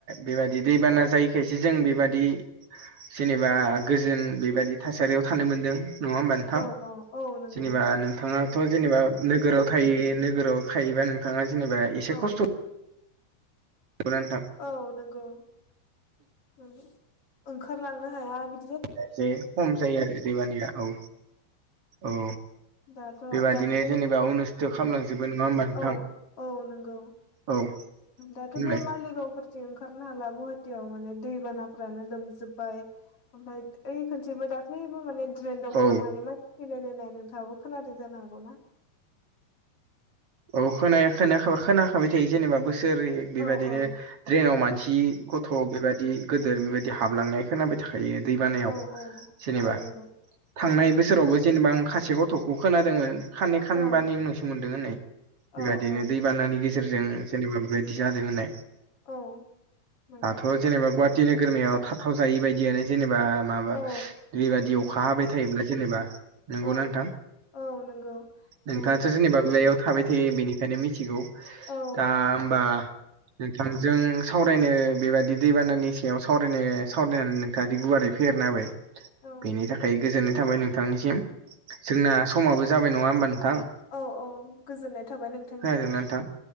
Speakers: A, on the right; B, on the left.
A: बेबादि दैबाना जायैखायसो जों बेबादि जेनेबा गोजोन बेबायदि थासारियाव थानो मोनदों। नङा होमबा नोंथां?
B: औ औ औ नंगौ
A: जेनेबा नोंथाङा थ' जेनेबा नोगोराव थायो नोगोराव थायोबा नोंथाङा जेनेबा एसे
B: औ
A: खस्थ' नंगौ ना नोंथां?
B: औ नंगौ। उम ओंखारलांनो हाया बि
A: दा एसे खम जायो आरो दैबानाया औ। औ
B: दाथ'
A: बेबादिनो
B: दाख्लै
A: जेनेबा अनुस्थ' खालामलांजोबगोन नङा होमबा नोंथां?
B: औ औ नंगौ
A: औ
B: दाथ'
A: बुंलाय
B: ओ बे मालिगावफोर थिं ओंखारनो हाला गुवाहाटियाव माने दैबानाफ्रानो लोमजोबबाय ओमफाय ओइ खनसेबो दाख्लैबो माने ड्रेन दाव
A: औ
B: गलांनानै मानसि थैलायलायनाय नोंथाङाबो खोनादों जानो हागौ ना?
A: औ खोनाया खोनाखाबा खोनाखाबाय थायो जेनेबा बोसोरै बेबायदिनो
B: औ औ
A: द्रेनाव मानसि गथ' बेबायदि गोदोर बेबायदि हाबलांनाय खोनाबाय थायो दै बानायाव
B: औ औ
A: जेनेबा
B: औ नंगौ
A: थांनाय बोसोरावबो जेनेबा आं खा से गथ'खौ खोनादोंमोन खाननै खानबानि
B: औ
A: उनावसो मोनदों होननाय बेबादिनो
B: औ औ
A: दैबानानि गेजेरजों जेनेबा बेबायदि जादों होननाय
B: औ मोन
A: थ' जेनेबा गुवाहाटि नोगोरमायाव थाथाव जायि बायदियानो जेनेबा माबा
B: औ
A: बेबादि अखा हाबाय थायोब्ला जेनेबा नंगौना
B: औ
A: नोंथां
B: औ नंगौ
A: नोंथाङाथ'
B: औ
A: जेनेबा बेयाव थाबाय थायो बेनिखायनो मिथिगौ
B: औ
A: दा ओमबा नोंथांजों सावरायनो बेबादि दैबानानि सायाव सावरायनो सावरायनानै नों दादि गुवारै फेहेरना होबाय
B: औ
A: बेनि थाखाय गोजोननाय थाबाय नोंथांनिसिम जोंना समाबो जाबाय नङा होमबा नोंथां
B: औ औ गोजोननाय थाबाय नोंथा
A: खोनादोंना नोंथां